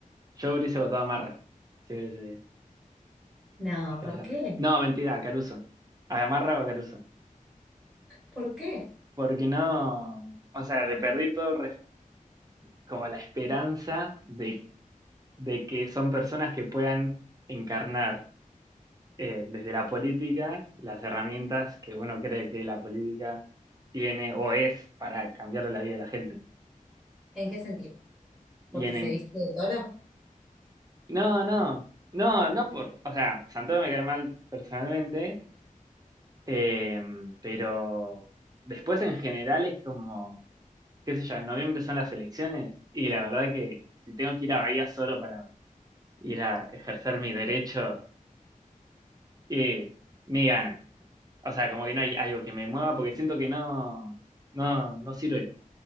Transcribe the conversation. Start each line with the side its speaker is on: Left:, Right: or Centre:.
Right: Yo hubiese votado a Marra. Sí, sí,
Centre: No,
Right: estás
Centre: ¿por
Right: allá.
Centre: qué?
Right: No, mentira, a Caruso. ¿A Marra o a Caruso?
Centre: ¿Por qué?
Right: porque no, o sea, le perdí todo res- como la esperanza de, de que son personas que puedan encarnar eh, desde la política las herramientas que uno cree que la política tiene o es para cambiarle la vida a la gente.
Centre: ¿En qué sentido? ¿Porque
Right: Y en,
Centre: se
Right: en-
Centre: viste de toro?
Right: no, no, no, no por, o sea, Santoro me cae mal personalmente, eh, pero después en general es como, qué sé yo, en noviembre son las elecciones y la verdad que si tengo que ir a Bahía solo para ir a ejercer mi derecho y mis ganas. O sea, como que no hay algo que me mueva porque siento que no, no, no sirve.